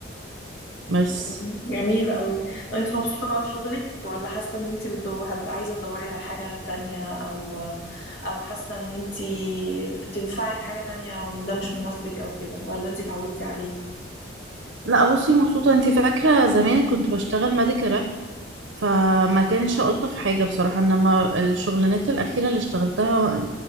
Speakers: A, on the right (about 75°); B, on the left (about 70°).
A: بس
B: جميل جميل قوي انت مبسوطة بقى في شغلك ولا حاسة ان انت بتدور حد عايزة تدوري على حاجة تانية او او حاسة ان انت بتنفعي في حاجة تانية او ده مش مناسبك او كده ولا انت اتعودتي عليه
A: لا بصي مبسوطه انت فاكره زمان كنت بشتغل ميديكال راب فما كانش الطف حاجه بصراحه انما الشغلانات الاخيره اللي اشتغلتها